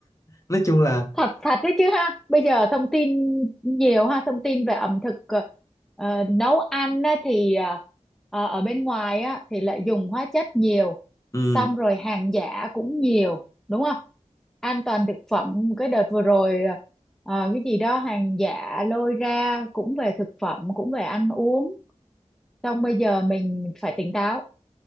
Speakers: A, on the left; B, in the centre.
A: nói chung là
B: thật thật đấy chứ ha bây giờ thông tin nhiều ha thông tin về ẩm thực ờ, ờ, nấu ăn á, thì ờ, ờ, ở bên ngoài á, thì lại dùng hóa chất nhiều
A: ừ
B: xong rồi hàng giả cũng nhiều đúng không an toàn thực phẩm cái đợt vừa rồi ờ, cái gì đó hàng giả lôi ra cũng về thực phẩm cũng về ăn uống xong bây giờ mình phải tỉnh táo